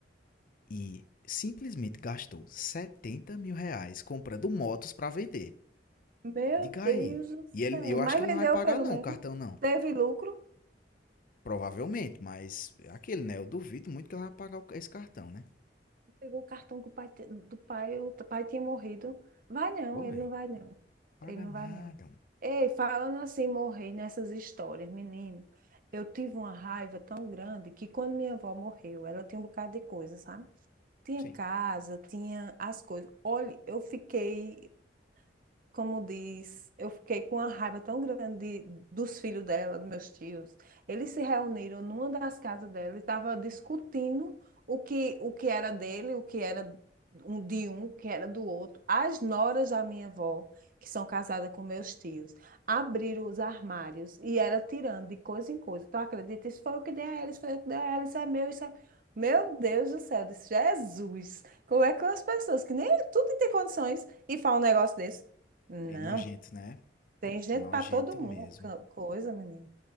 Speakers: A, on the left; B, on the right.
A: e simplesmente gastou 70 mil reais comprando motos para vender.
B: Meu
A: Diga
B: Deus
A: aí.
B: do
A: E ele,
B: céu.
A: eu acho
B: Mas
A: que ele
B: vendeu
A: não vai pagar
B: pelo
A: não
B: menos.
A: o cartão não.
B: Teve lucro.
A: Provavelmente, mas é aquele, né? Eu duvido muito que ele vai pagar esse cartão, né?
B: Pegou o cartão que o pai, te- do pai, o pai tinha morrido. Vai não,
A: Oi,
B: ele não vai não.
A: paga
B: Ele não
A: nada.
B: vai não. Ei, falando assim, morrer nessas histórias, menino. Eu tive uma raiva tão grande que quando minha avó morreu, ela tinha um bocado de coisa, sabe? Tinha
A: Sim.
B: casa, tinha as coisas. Olha, eu fiquei. como diz, eu fiquei com uma raiva tão grande de- dos filhos dela, dos meus tios. Eles se reuniram numa das casas dela e estavam discutindo o que, o que era dele, o que era um de um, o que era do outro. As noras da minha avó, que são casadas com meus tios, abriram os armários e era tirando de coisa em coisa. Tu acredita? Isso foi o que dei a ela, isso foi o que dei a ela, isso é meu, isso é... Meu Deus do céu, eu disse, Jesus, como é que as pessoas que nem tudo tem condições e falam um negócio desse? Não,
A: É nojento, né?
B: tem gente
A: Nojento
B: para todo
A: mesmo.
B: mundo, ca- coisa, menino.